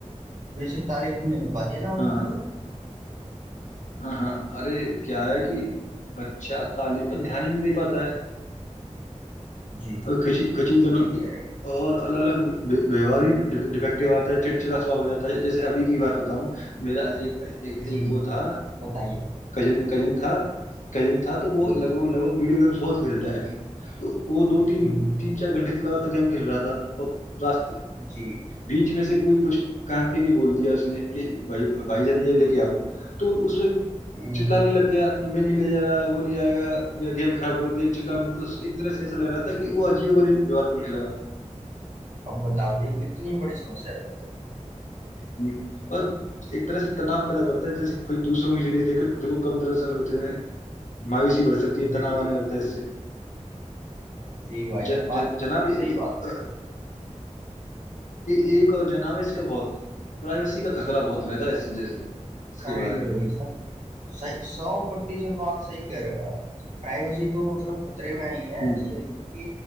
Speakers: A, on the right (about 80°); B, on the left (about 85°).
A: بیسک تعلیم <inaudible>
B: ہاں ہاں ہاں ہاں ارے کیا ہے کہ بچہ تعلیم پر دھیان ہی نہیں د پاتا ہے
A: جی
B: ا
A: جی
B: کچی
A: جی
B: کچی دونوں
A: صحیح کہہ رہے
B: اور الگ الگ بیواری ڈیفیکٹو آتا ہے چڑچڑا سوااب ہو جاتا ہے جیسے ابھی کی بات بتاؤ میرا ایک ایک
A: ہو جی
B: وہ تھا
A: بتائیے
B: کزن کزن تھا کزن تھا تو وہ
A: جی
B: لگ
A: جی
B: لگ
A: جی
B: بگ ویڈی گیمس بہت کھیل تو <unintelligible> وہ دو تین
A: جی
B: تین چار گھنٹے سے لگاتا گیم کھیل رہا تھا تو راس
A: جی
B: بیچ میں سے کوئی کچھ کام کے لیے بول دیا اس نے کہ بھائی بھائی جان ج لے کے آؤ تو اس میں تو
A: ہ
B: چلا نہیں لگیا میں نہیں لے جا وہ نہیں آئےا میرا گیم خراب کر دیا چ م ایک طرح سے ایسا لگ رہا تھا کہ وہ عجیب و ویوار کرنے لگا
A: اب بتاؤ یہ کتنی بڑی سمسیا رہ یار
B: ہ اور ایک طرح سے تناؤ پیدا کرتا ہے جیسے خود دوسروں کی زگی دیکھ خود کو کم طرح سے لگتے ہیں مایوسی بھڈ سکتی
A: جان
B: ہے
A: جی
B: تنا ہو
A: جی
B: آ نہیں لگتا ہے اس سے
A: جی بھائی
B: جن-
A: جان بات
B: جن-
A: تو
B: جناب یہ-
A: صحیح
B: یہ-
A: بات کہہ
B: اہ،
A: رہے ہو
B: ایک اور جناب اس کا بہت پرائیویسی کا خطرہ بہت رہتا ہے اس وجہ سے اس کے
A: ارے
B: بارے میں
A: رے سب سو پرتیشت بات صحیح کہہ رہے ہو آپ پرائیویسی تو مطلب میں ہی ہے
B: ہ
A: اس سے کیکہ